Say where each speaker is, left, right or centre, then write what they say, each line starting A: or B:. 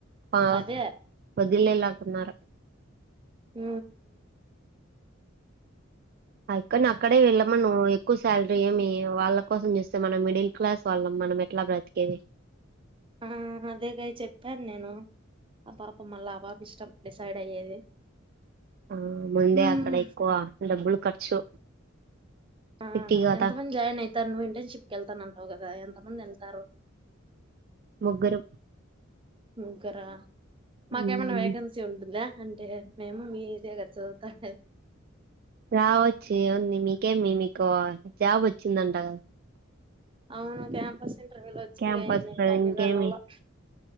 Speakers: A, on the right; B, on the right.
A: ఆ
B: అదే
A: వదిలేలకున్నారు
B: ఊ
A: అక్కని అక్కడే వెళ్ళమను ఎక్కువ శాలరీ ఏమి వాళ్ళ కోసం చూస్తే మనం మిడిల్ క్లాస్ వాళ్ళం మనం ఎట్లా బ్రతికేది
B: ఆ అదేగాయ్ చెప్పాను నేను ఆ పాప మళ్ళా ఆ పాప ఇష్టం డిసైడ్ అయ్యేది
A: ఆ ముందే
B: ఉమ్
A: అక్కడ ఎక్కువ డబ్బులు ఖర్చు
B: ఆ
A: సిటీ కదా
B: ఎంత మంది జాయిన్ అయితాను ఇంటర్న్షిప్ కి వెళ్తన్నాను ఆవ్ గదా ఎంతమంది వెళ్తారు
A: ముగ్గురం
B: ముగ్గరా మాకేమైనా
A: మ్మ్
B: వేకన్సీ ఉంటుందా అంటే మేము మీదే కదా చదువుతన్నేది
A: రావచ్చు ఏముంది మీకేమి మీకు జాబ్ వచ్చిందంట కాదా
B: అవును క్యాంపస్ ఇంటర్వ్యూ లో వచ్చింది
A: క్యాంపస్
B: కాని నేను
A: లో
B: కానీ
A: ఇంకేమి
B: వేళ్ళలే